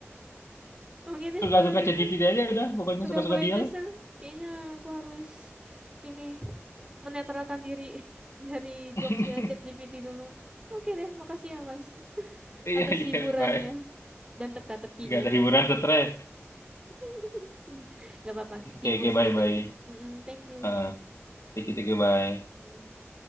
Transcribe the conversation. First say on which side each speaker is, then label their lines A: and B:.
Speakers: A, on the right (about 20°); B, on the left (about 70°).
A: Oke deh
B: Suka-suka
A: kalau gitu.
B: ChatGPT aja udah, pokoknya
A: Udah
B: suka-suka
A: mulai
B: dia
A: kesel.
B: lah.
A: Kayaknya aku harus ini menetralkan diri <laughs> dari
B: <laughs>
A: jokes ya ChatGPT dulu. Oke deh, makasih ya Mas <laughs>
B: Iya
A: atas
B: iya,
A: hiburannya
B: bye.
A: dan teka-tekinya.
B: Nggak ada hiburan stres.
A: <laughs> Gak apa-apa,
B: Oke
A: hibur
B: oke
A: sedikit.
B: bye bye.
A: Mm-mm, thank you.
B: Heeh, thank you thank you bye.
A: Mm.